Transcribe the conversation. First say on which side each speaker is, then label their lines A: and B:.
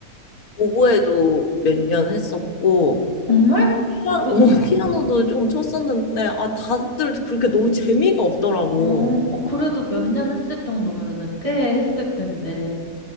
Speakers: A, on the left; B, on the left.
A: 오보에도 몇 년 했었고
B: 정말?
A: 피아,
B: 몇,
A: <laughs> 어, 피아노도 좀 쳤었는데 아 다들 그렇게 너무 재미가 없더라고.
B: 어, 어, 그래도 몇 년 했을 정도면은 꽤 했을 텐데.